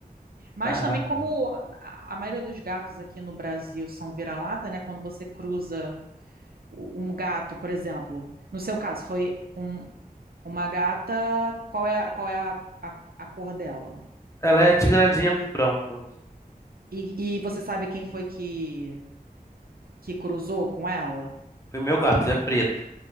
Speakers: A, on the right; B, on the left.
A: Mas
B: Caraca.
A: também, como a a maioria dos gatos aqui no Brasil são vira-lata, né? Quando você cruza u- um gato, por exemplo, no seu caso, foi um- uma gata, qual é, a- qual é a, a, a cor dela?
B: Ela é tigradinha com branco.
A: E, e você sabe quem foi que, que cruzou com ela?
B: E o meu gato,
A: Como
B: ele é
A: é que
B: preto.
A: é?